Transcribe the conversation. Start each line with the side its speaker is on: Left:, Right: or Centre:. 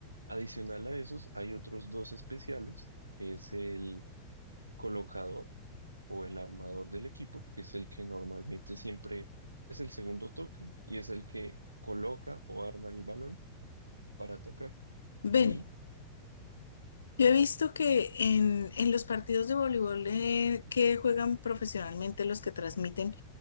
Right: adicional a esos, hay otros dos especiales, que es el colocador o el armador del equipo, que es el que normalmente siempre es el segundo toque y es el que coloca o arma el balón para atacar.
Left: Ven,
Right: Y
Left: yo he visto que en, en los partidos de voleibol eh, que juegan profesionalmente los que transmiten,